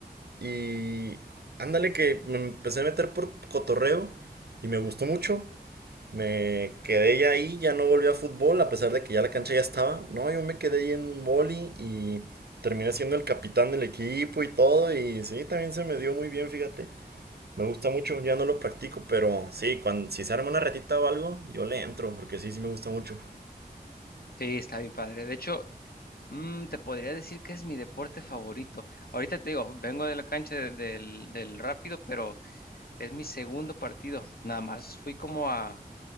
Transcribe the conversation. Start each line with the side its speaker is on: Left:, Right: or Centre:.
Right: Y ándale que me empecé a meter por cotorreo. Y me gustó mucho. Me quedé ya ahí, ya no volví a fútbol, a pesar de que ya la cancha ya estaba. No, yo me quedé ahí en boli y terminé siendo el capitán del equipo y todo. Y sí, también se me dio muy bien, fíjate. Me gusta mucho, ya no lo practico, pero sí, cuando, si se arma una retita o algo, yo le entro, porque sí, sí me gusta mucho.
Left: Sí, está bien padre. De hecho, Mm, te podría decir que es mi deporte favorito. Ahorita te digo, vengo de la cancha de- del, del Rápido, pero es mi segundo partido. Nada más fui como a,